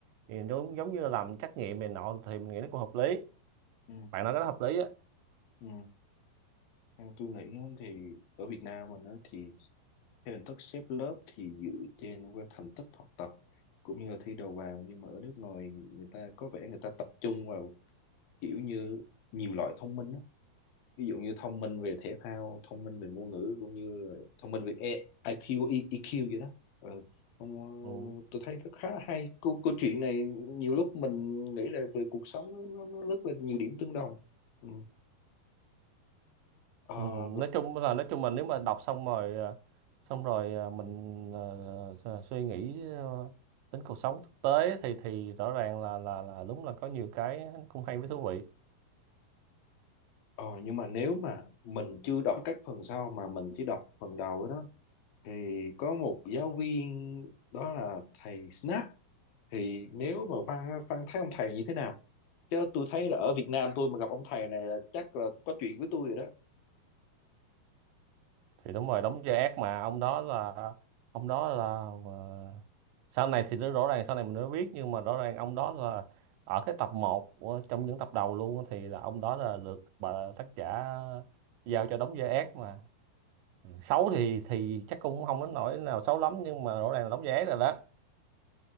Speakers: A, on the right; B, on the left.
A: thì nó cũng giống như là làm trắc nghiệm này nọ thì mình nghĩ nó cũng hợp lý
B: ừ
A: bạn nói cái đó hợp lý á
B: ừ. Theo tôi nghĩ á, thì ở Việt Nam mình đó thì Theo hình thức xếp lớp thì dựa trên qua thành tích học tập cũng như là thi đầu vào nhưng mà ở nước ngoài người ta có vẻ người ta tập trung vào kiểu như nhiều loại thông minh đó. Ví dụ như thông minh về thể thao, thông minh về ngôn ngữ cũng như là thông minh về E- IQ, E- EQ vậy đó. Ừ. Không, ờ,
A: ừ.
B: tôi thấy rất khá là hay. Câu, câu chuyện này nhiều lúc mình nghĩ là về cuộc sống nó, nó, nó rất là nhiều điểm tương đồng. Ừ. Ờ,
A: Ừ. nói chung là nói chung là nếu mà đọc xong rồi ờ, xong rồi ờ, mình ờ, su- suy nghĩ ờ, đến cuộc sống thực tế thì thì rõ ràng là là là đúng là có nhiều cái cũng hay với thú vị
B: Ờ, nhưng mà nếu mà mình chưa đọc các phần sau mà mình chỉ đọc phần đầu ấy đó thì có một giáo viên đó là thầy Snap thì nếu mà Văn á, Văn thấy ông thầy như thế nào chứ tôi thấy là ở Việt Nam tôi mà gặp ông thầy này là chắc là có chuyện với tôi rồi đó
A: thì đúng rồi đóng vai ác mà ông đó là ông đó là ờ, sau này thì nó rõ ràng sau này mình mới biết nhưng mà rõ ràng ông đó là ở cái tập một trong những tập đầu luôn á, thì là ông đó là được bà tác giả giao cho đóng vai ác mà Ừ. xấu thì thì chắc cũng không đến nỗi nào xấu lắm nhưng mà rõ ràng là đóng vai ác rồi đó